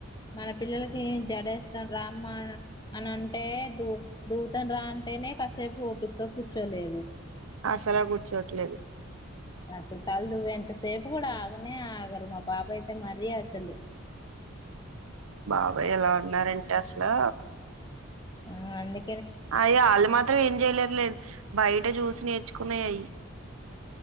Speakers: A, on the left (about 20°); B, on the right (about 85°).
A: మన పిల్లలకి జడ ఎ స్తాను రామా అని అంటే దు దూవుతనురా అంటేనే కాసేపు ఓపికతో కూర్చోలే
B: అసల కూర్చోట్లేదు
A: అసలు తలదువ్వే అంతసేపు కూడా ఆగనే ఆగరు మా పాప అయితే మరీ అసలు
B: బాబాయ్ ఎలా ఉన్నారంటే అసలు
A: ఆ అందు
B: అయి అళ్ళు మాత్రం ఏం చెయలేరులేండి బయట చూసి నేర్చుకున్నాయి అయి